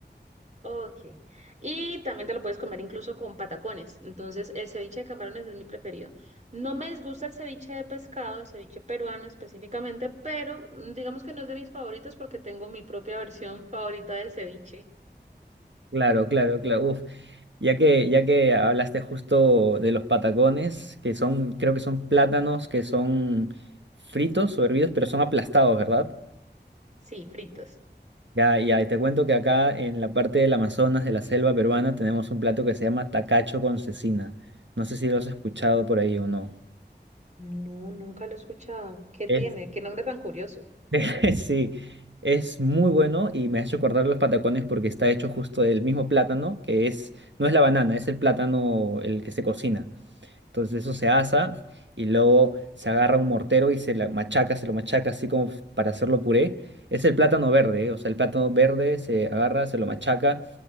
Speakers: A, on the right (about 40°); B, on the right (about 85°).
A: Ok. Y también te lo puedes comer incluso con patacones. Entonces, el ceviche de camarones es mi preferido. No me disgusta el ceviche de pescado, el ceviche peruano específicamente, pero mm, digamos que no es de mis favoritos porque tengo mi propia <laughs> versión favorita del ceviche.
B: Claro, claro, claro. Uf. Ya que, ya que hablaste justo de los patacones, que son, creo que son plátanos que son fritos o hervidos, pero son aplastados, ¿verdad?
A: Sí, fritos.
B: Ya, ya, y te cuento que acá en la parte del Amazonas, de la selva peruana, tenemos un plato que se llama tacacho con cecina. No sé si lo has escuchado por ahí o no.
A: No, nunca lo he escuchado. ¿Qué
B: Es-
A: tiene? ¿Qué nombre tan curioso?
B: <laughs> sí, es muy bueno y me ha hecho acordar los patacones porque está hecho justo del mismo plátano, que es, no es la banana, es el plátano el que se cocina. Entonces eso se asa y luego se agarra un mortero y se la machaca, se lo machaca así como f- para hacerlo puré. Es el plátano verde, ¿eh? O sea, el plátano verde se agarra, se lo machaca.